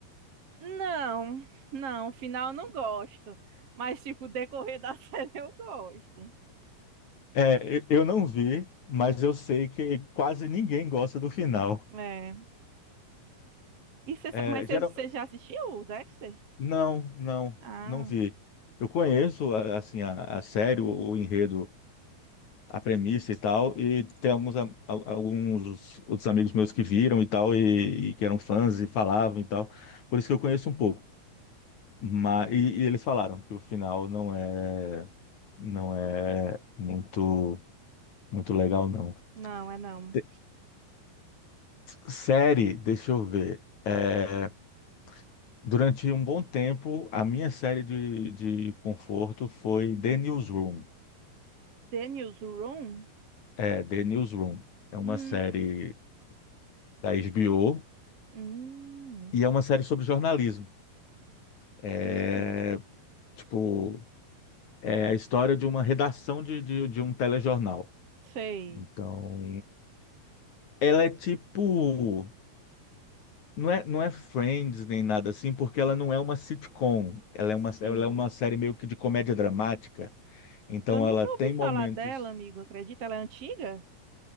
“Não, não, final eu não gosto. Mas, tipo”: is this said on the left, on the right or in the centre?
Right